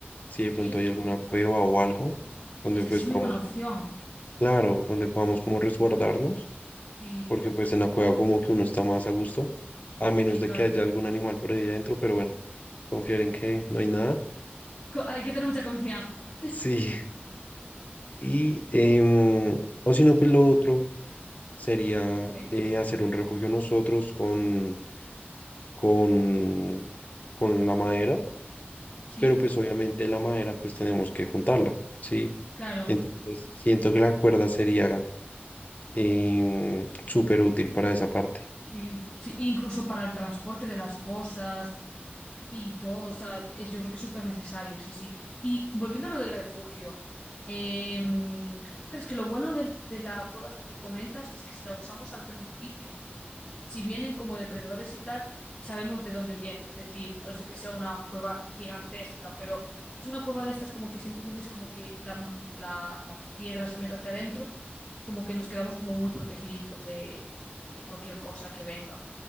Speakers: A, on the left; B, on the left.
A: si de
B: Sí.
A: pronto hay alguna cueva o algo, donde
B: Es que
A: pues
B: esa es muy
A: vamos
B: buena opción.
A: Claro, donde podamos como resguardarnos,
B: Sí,
A: porque pues en la cueva como que uno está más a gusto, a menos
B: sí,
A: de
B: claro.
A: que haya algún animal por ahí adentro, pero bueno, confiar en que no hay nada.
B: Co- Hay que tener mucha confianza.
A: Sí, y em, o si no, pues lo otro sería
B: Ok.
A: eh, hacer un refugio nosotros con, con, con la madera,
B: Sí,
A: pero pues obviamente la madera pues tenemos que juntarla, ¿sí?
B: claro.
A: Entonces siento que la cuerda sería em, súper útil para esa parte.
B: Sí, sí, incluso para el transporte de las cosas y todo. O sea, es, yo creo que es súper necesario, sí, sí. Y volviendo a lo del refugio. eh, claro, es que lo bueno del- de la cueva esta que comentas es que si la usamos al principio. si vienen como depredadores y tal, sabemos de dónde vienen. Es decir, a no ser que sea una cueva gigantesca, pero si es una cueva de estas, como que simplemente es como que la, la- la piedra se mete hacia adentro, como que nos quedamos como muy protegiditos de, de cualquier cosa que venga.